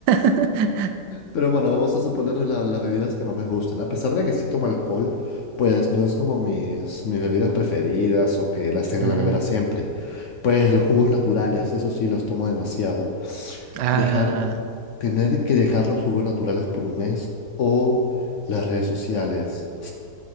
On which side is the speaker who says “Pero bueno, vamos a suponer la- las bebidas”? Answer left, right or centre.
Left